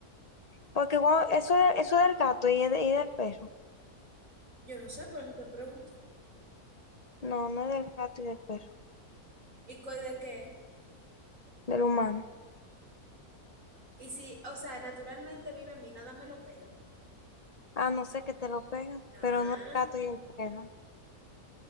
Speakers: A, on the left; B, on the right.
A: Porque bueno, eso, eso del gato y, de- y del perro.
B: Yo no sé, por eso te pregunto.
A: No, no es del gato y del perro,
B: ¿Y cuál de qué?
A: del humano.
B: Y si, o sea, naturalmente vive en mí, nada me lo pega.
A: Ah, no sé que te lo pegan,
B: Ah,
A: pero no es el gato y el perro.